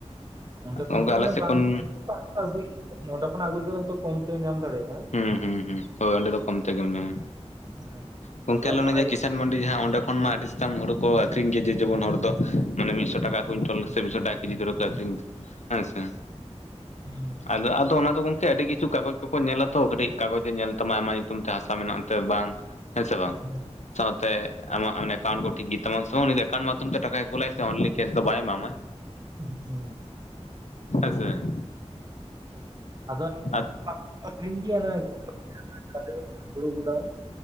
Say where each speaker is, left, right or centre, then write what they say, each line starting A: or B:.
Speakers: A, on the right; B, on the left.
A: ᱚᱸᱰᱮ ᱠᱷᱚᱱᱟᱜ
B: ᱜᱚᱝᱠᱮ
A: ᱫᱚ
B: ᱟᱞᱮ
A: ᱚᱱᱮ
B: ᱥᱮᱫ
A: ᱵᱟᱝ
B: ᱠᱷᱚᱱ
A: ᱦᱟᱛᱟᱣ ᱟᱹᱜᱩᱭᱼᱼ ᱱᱚᱸᱰᱮ ᱠᱷᱚᱱᱟᱜ ᱟᱹᱜᱩ ᱠᱟᱛᱮ ᱦᱳᱭ ᱠᱚᱢ ᱛᱮ ᱧᱟᱢ ᱫᱟᱲᱮᱭᱟᱜ-ᱟ
B: ᱦᱩᱸ ᱦᱩᱸ ᱦᱩᱸ ᱦᱳᱭ ᱚᱸᱰᱮ ᱫᱚ ᱠᱚᱢ ᱛᱮᱜᱮᱢ ᱧᱟᱢᱟ
A: ᱦᱮᱸ
B: ᱜᱚᱝᱠᱮ
A: ᱟᱫᱚ
B: ᱟᱞᱮ
A: ᱱᱚᱣᱟ
B: ᱚᱱᱮ ᱡᱮ
A: ᱤᱭᱟᱹ
B: ᱠᱤᱥᱟᱼᱼ ᱢᱟᱱᱰᱤ ᱡᱟᱦᱟᱸ ᱚᱸᱰᱮ ᱠᱷᱚᱱ ᱢᱟ ᱟᱹᱰᱤ ᱥᱟᱛᱟᱢ ᱦᱳᱲᱳ ᱠᱚ ᱟᱹᱷᱨᱤᱧ ᱜᱮᱭᱟ ᱡᱮ ᱡᱮᱢᱚᱱ ᱦᱚᱲ ᱫᱚ ᱢᱟᱱᱮ ᱢᱤᱫ ᱥᱚ ᱴᱟᱠᱟ ᱠᱩᱭᱮᱱᱴᱚᱞ ᱥᱮ ᱢᱤᱫ ᱥᱚ ᱴᱟᱠᱟ ᱤᱫᱤ ᱫᱷᱚᱨᱟ ᱠᱚ ᱟᱹᱠᱷᱨᱤᱧᱟ ᱦᱮᱸ ᱥᱮ
A: ᱦᱩᱸ
B: ᱟᱫᱚᱼᱟᱫᱚ ᱚᱱᱟ ᱫᱚ ᱜᱚᱝᱠᱮ ᱟᱹᱰᱤ ᱠᱤᱪᱷᱩ ᱠᱟᱜᱚᱡᱽ ᱠᱚᱠᱚ ᱧᱮᱞᱟ ᱛᱚ ᱠᱟᱹᱴᱤᱡ ᱠᱟᱜᱚᱡᱽ ᱮ ᱧᱮᱞ ᱛᱟᱢᱟ ᱟᱢᱟᱜ ᱧᱩᱛᱩᱢ ᱛᱮ ᱦᱟᱥᱟ ᱢᱮᱱᱟᱜ ᱮᱱᱛᱮ ᱵᱟᱝ ᱦᱮᱸ ᱥᱮ ᱵᱟᱝ
A: ᱦᱩᱸ
B: ᱥᱟᱶᱛᱮ ᱟᱢᱟᱜ ᱚᱱᱮ ᱮᱠᱟᱣᱩᱱᱴ ᱠᱚ ᱴᱷᱤᱠ ᱜᱮ ᱛᱟᱢᱟ ᱥᱮ ᱵᱟᱝ ᱩᱱᱤ ᱫᱚ ᱮᱠᱟᱣᱩᱱᱴ ᱢᱟᱫᱷᱚᱢ ᱴᱟᱠᱟᱭ ᱠᱩᱞᱟᱭ ᱥᱮ ᱚᱱᱞᱤ ᱠᱮᱥ ᱫᱚ ᱵᱟᱭ ᱮᱢᱟᱢᱟᱭ
A: ᱦᱮᱸᱜᱮᱻ
B: ᱦᱮᱸ ᱥᱮ
A: ᱟᱫᱚ <unintelligible>
B: ᱟᱫ
A: ᱟᱹᱠᱷᱨᱤᱧ ᱜᱮᱭᱟ <unintelligible> ᱦᱳᱲᱳ ᱜᱚᱰᱟ